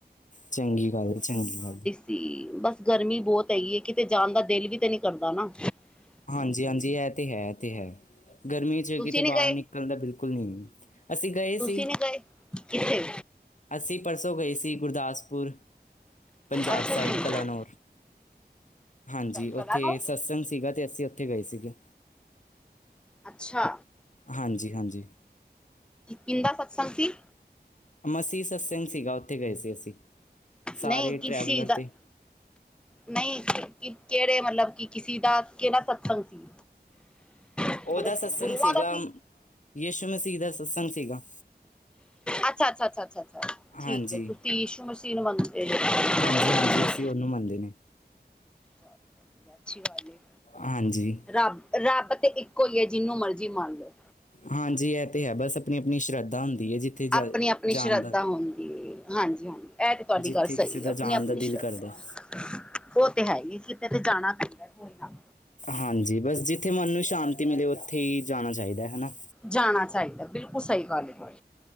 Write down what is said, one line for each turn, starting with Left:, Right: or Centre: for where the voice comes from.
Left: ਚੰਗੀ ਗੱਲ ਏ ਚੰਗੀ ਗੱਲ।
Centre: ਤੇ ਬਸ ਗਰਮੀ ਬਹੁਤ ਹੈਗੀ ਏ ਕਿਤੇ ਜਾਣ ਦਾ ਦਿਲ ਵੀ ਤਾਂ ਨਹੀਂ ਕਰਦਾ ਨਾ।
Left: ਹਾਂਜੀ ਹਾਂਜੀ, ਇਹ ਤੇ ਹੈ ਏ ਤੇ ਹੈ ਗਰਮੀ ਚ
Centre: ਤੁਸੀਂ
Left: ਕਿਤੇ
Centre: ਨੀ
Left: ਬਾਹਰ
Centre: ਗਏ
Left: ਨਿਕਲਣ ਦਾ ਬਿਲਕੁਲ ਨਹੀਂ। ਅਸੀਂ ਗਏ
Centre: ਤੁਸੀਂ
Left: ਸੀ।
Centre: ਨੀ ਗਏ ਕਿੱਥੇ
Left: ਅਸੀਂ ਪਰਸੋਂ ਗਏ ਸੀ ਗੁਰਦਾਸਪੁਰ ਪੰਜਾਬ
Centre: ਅੱਛਾ
Left: ਸਾਈਡ
Centre: ਜੀ
Left: ਕਲਾਨੌਰ। ਹਾਂਜੀ
Centre: ਕਲਾ
Left: ਉੱਥੇ
Centre: ਨੂੰ
Left: ਸਤਸੰਗ ਸੀਗਾ ਤੇ ਅਸੀਂ ਉੱਥੇ ਗਏ ਸੀਗੇ।
Centre: ਅੱਛਾ,
Left: ਹਾਂਜੀ ਹਾਂਜੀ,
Centre: ਕਿਦਾ ਸਤਸੰਗ ਸੀ?
Left: ਮਸੀਹ ਸਤਸੰਗ ਸੀਗਾ ਉੱਥੇ ਗਏ ਸੀ ਅਸੀਂ ਸਾਰੇ
Centre: ਨਹੀਂ
Left: ਟਰੈਵਲਰ
Centre: ਕਿਸ ਚੀਜ਼ ਦਾ
Left: 'ਤੇ।
Centre: ਨਹੀਂ ਕਿ ਕਿਹੜੇ ਮਤਲਬ ਕਿ ਕਿਸੇ ਦਾ ਕਿਹੜਾ? ਸਤਸੰਗ ਸੀ। ਮਤਲਬ
Left: ਉਹਦਾ ਸਤਸੰਗ
Centre: ਗੁਰੂਆਂ
Left: ਸੀਗਾ
Centre: ਦਾ ਸੀ
Left: ਯਸ਼ੂ ਮਸੀਹ ਦਾ ਸਤਸੰਗ ਸੀਗਾ।
Centre: ਅੱਛਾ ਅੱਛਾ, ਅੱਛਾ ਅੱਛਾ,
Left: ਹਾਂਜੀ
Centre: ਠੀਕ ਏ ਤੁਸੀਂ ਯਸੂ਼ ਮਸੀਹ ਨੂੰ ਮੰਨਦੇ ਦੇ।
Left: ਹਾਂਜੀ ਹਾਂਜੀ ਅਸੀਂ ਉਹਨੂੰ ਮੰਨਦੇ ਨੇ
Centre: ਅੱਛੀ ਗੱਲ ਏ
Left: ਹਾਂਜੀ।
Centre: ਰੱਬ ਰੱਬ ਤੇ ਇੱਕੋ ਈ ਐ ਜਿਹਨੂੰ ਮਰਜ਼ੀ ਮੰਨ ਲਓ।
Left: ਹਾਂਜੀ ਇਹ ਤੇ ਹੈ ਬਸ ਆਪਣੀ ਆਪਣੀ ਸ਼ਰਧਾ ਹੁੰਦੀ ਐ ਜਿੱਥੇ ਜਾ
Centre: ਆਪਣੀ ਆਪਣੀ
Left: ਜਾਣ
Centre: ਸ਼ਰਧਾ
Left: ਦਾ
Centre: ਹੁੰਦੀ ਹੈ ਹਾਂਜੀ ਹਾਂਜੀ ਇਹ ਤਾਂ ਤੁਹਾਡੀ
Left: ਜਿੱਥੇ
Centre: ਗੱਲ ਸਹੀ
Left: ਕਿਸੇ ਦਾ
Centre: ਹ। ਆਪਣੀ
Left: ਜਾਣ
Centre: ਆਪਣੀ
Left: ਦਾ
Centre: ਸ਼ਰਧਾ
Left: ਦਿਲ ਕਰਦਾ
Centre: ਓ ਤੇ ਹੈ ਈ ਕਿਤੇ ਤੇ ਜਾਣਾ ਪੈਂਦਾ ਕੋਈ ਨਾ
Left: ਹਾਂਜੀ, ਬਸ ਜਿੱਥੇ ਮਨ ਨੂੰ ਸ਼ਾਂਤੀ ਮਿਲੇ ਓਥੇ ਈ ਜਾਣਾ ਚਾਹੀਦਾ ਹਨਾ।
Centre: ਜਾਣਾ ਚਾਹੀਦਾ ਬਿਲਕੁੱਲ ਸਈ ਗੱਲ ਐ